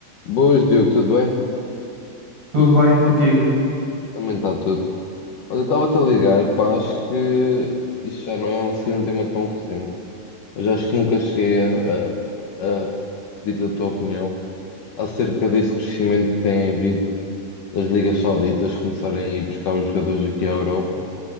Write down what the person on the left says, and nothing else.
Boas, Diogo, tudo bem?
Também está tudo. Olha, eu estava-te a ligar, pá, acho que isto já não é um, assim, um tema tão recente, mas acho que nunca cheguei a, a, a pedir a tua opinião acerca desse crescimento que tem havido das ligas sauditas começarem a ir buscar os jogadores aqui à Europa